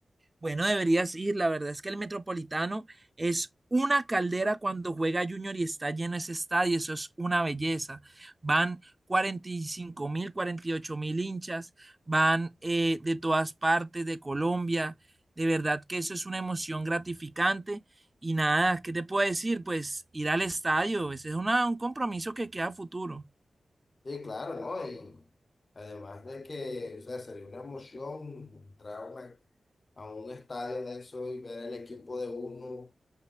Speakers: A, on the right; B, on the left.
A: Bueno, deberías ir. La verdad es que el Metropolitano es una caldera cuando juega Junior y está lleno ese estadio. Eso es una belleza. Van 45 mil, 48 mil hinchas, van eh, de todas partes de Colombia. De verdad que eso es una emoción gratificante. Y nada, ¿qué te puedo decir? Pues ir al estadio. Ese es una- un compromiso que queda a futuro.
B: Sí, claro, ¿no? Y además de que, o sea, sería una emoción entrar a una- a un estadio de eso y ver el equipo de uno